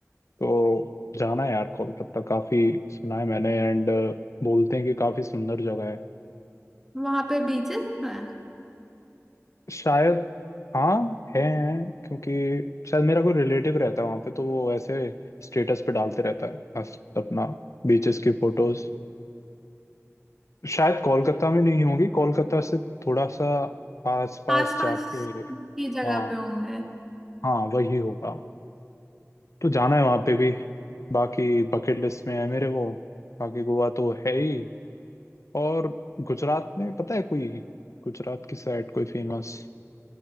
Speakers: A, on the left (about 70°); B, in the centre.
A: तो जाना है यार कोलकाता काफी सुना है मैंने एंड बोलते हैं कि काफी सुंदर जगह है
B: वहाँ पे बीचेस है
A: शायद हाँ है हैं क्योंकि शायद मेरा कोई रिलेटिव रहता है वहाँ पे तो वो ऐसे स्टेटस पे डालते रहता है अस- अपना बीचेस की फोटोज शायद कोलकाता में नहीं होंगी कोलकाता से थोड़ा सा आसपास
B: आस पास
A: जाके हाँ
B: की जगह पे होंगे
A: हाँ वही होगा तो जाना है वहाँ पे भी बाकी बकेट लिस्ट में है मेरे वो बाकी गोवा तो है ही और गुजरात में पता है कोई गुजरात की साइड कोई फेमस